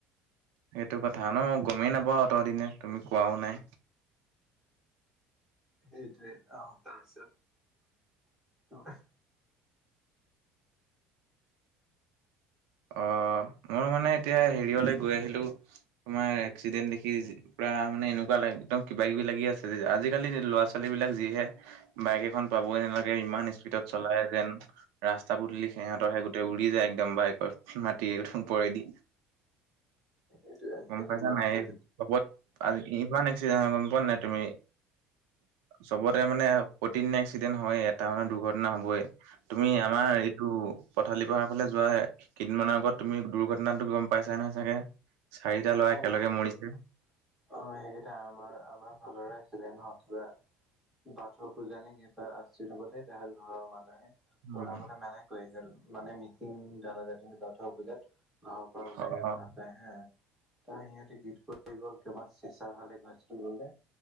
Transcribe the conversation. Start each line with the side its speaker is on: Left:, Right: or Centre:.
Right: সেইটো কথা ন গমেই নাপাওঁ। অতদিনে তুমি কোৱাও নাই।
Centre: সেইটোৱে আহ তাৰ পিছত।
Right: অ' মই মানে এতিয়া হেৰিয়লে গৈ আহিলোঁ। তোমাৰ এক্সিডেন্ট দেখি। ৰা মানে এনেকুৱা লাগ একদম কিবা কিবি লাগি আছে আজিকালি ল'ৰা ছোৱালী বিলাক যিহে বাইক এখন পাবগে নালাগে। ইমান স্পীডত চলাই যেন ৰাস্তা পদূলি সিহঁতৰ সে গোটেই উৰি যায়। একদম বাইকত মাতি ওপৰেদি
Centre: এইটোৱে আজিকালি
Right: গম পাইছা
Centre: ল'ৰা
Right: নাই।
Centre: ছোৱালী
Right: এই চবত আজি ইমান এক্সিডেণ্ট হয় গম পোৱা নাই। তুমি চবতে মানে প্ৰতিদিনে এক্সিডেণ্ট হয় এটা মে দুৰ্ঘটনা হ'বই। তুমি
Centre: উম
Right: আমাৰ এইটো পথালি পহাৰ ফালে যোৱা কেইদিনমানৰ আগত তুমি দুৰ্ঘটনাটো গম পাইছা নহয় চাগে। চাৰিটা ল'ৰা একেলগে
Centre: অ' অ'
Right: মৰিছে।
Centre: সেইকেইটা আমাৰ আমাৰ ফালৰে আছিলে নহয়। কিবা বাথৌ পূজা নে কিবা আছিল হ'ব দে তাহাঁত ঘৰৰ মানুহে।
Right: উম,
Centre: ওলাবলৈ মানাই কৰিছিল মানে মিচিং জনাজাতি বাথৌ পূজাত। ঘৰৰ পৰা ওলাই
Right: অ',
Centre: যাব নাপায় হা। তাৰ সিহঁতে গীত কৰি গ'ল কিবা চেঁচাৰ ফালে গৈছিল বোলে।